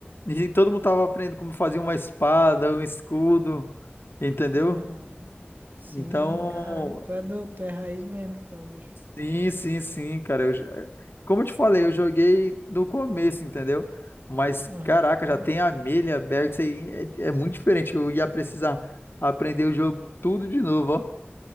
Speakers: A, on the left; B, on the right.
A: E todo mundo tava aprendendo como fazer uma espada, um escudo, entendeu?
B: Aham. Sim,
A: Então,
B: caramba, tu é do, tu é raiz mesmo então, bicho.
A: Sim, sim, sim, cara. Eu, já- como eu te falei, eu joguei do começo, entendeu? Mas,
B: Aham.
A: caraca, já tem Amelia, Berg, isso aí é, é muito diferente. Eu ia precisar aprender o jogo tudo de novo, ó.